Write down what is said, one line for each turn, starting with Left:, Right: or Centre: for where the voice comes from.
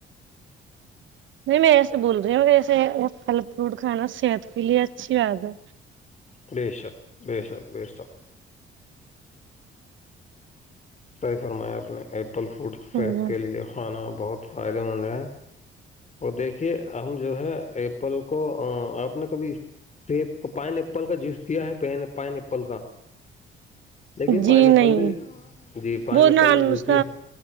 Right: نہیں میں ایسے بول رہی ہوں ایسے پھل فروٹ کھانا صحت کے لیے اچھی بات ہے
Left: بی ش آاکک بے شااکک بیے شااکک سر فرمایا اپنے ایپل فوڈ صحت
Right: ہ
Left: کے لیے کھانا بہت فائدے مند ہے وہ دیکھیے ہم جو ہے اپپل کو آپ نے کبھی سیب کا پائن ایپل کا جوس کیا ہے پائن ایپل کا دیکھیے
Right: جی
Left: پائنی
Right: نہیں
Left: ایپل بھی جی پائن
Right: وہ
Left: ایپل
Right: نا
Left: کا جوس
Right: اس
Left: بھی